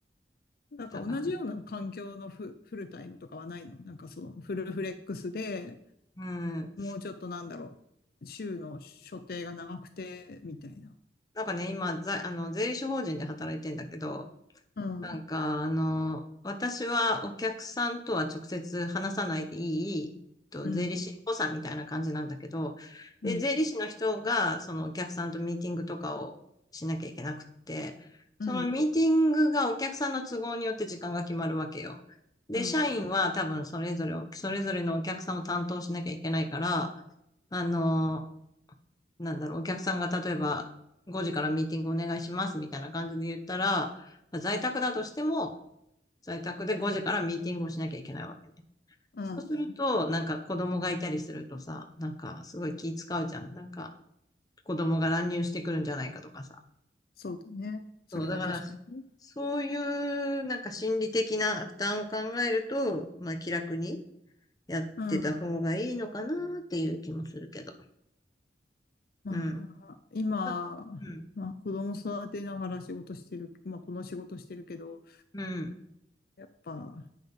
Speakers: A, on the left; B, on the left.
A: なんか同じような環境のフ、
B: だから
A: フルタイムとかはないのなんかそのフルフレックスで、
B: うん。
A: もうちょっとなんだろう、週の所定が長くて、みたいな。
B: なんかね、今、ざ、あの、税理士法人で働いてんだけど、
A: うん、
B: なんか、あの、私はお客さんとは直接話さないでいい、と、
A: うん、
B: 税理士補佐みたいな感じなんだけど、
A: うん、
B: で、税理士の人が、そのお客さんとミーティングとかをしなきゃいけなくって、
A: うん、
B: そのミーティングがお客さんの都合によって時間が決まるわけよ。
A: うん、
B: で、
A: うん、
B: 社員は多分それぞれを、それぞれのお客さんを担当しなきゃいけないから、あの、なんだろう、お客さんが例えば5時からミーティングお願いしますみたいな感じで言ったら、在宅だとしても、在宅で5時からミーティングをしなきゃいけないわけね。
A: うん、
B: そうすると、
A: うん。
B: なんか子供がいたりするとさ、なんかすごい気使うじゃん。なんか子供が乱入してくるんじゃないかとかさ。
A: そうだね。それは確かにね。
B: そう、だから、そういうなんか心理的な負担を考えると、まあ気楽にやってた方がいいのかなっていう気もするけど。
A: うん。ま
B: うん。
A: あ、今、
B: だうん。
A: まあ、子供育てながら仕事してる、まあ、この仕事してるけど、
B: うん。
A: やっぱ、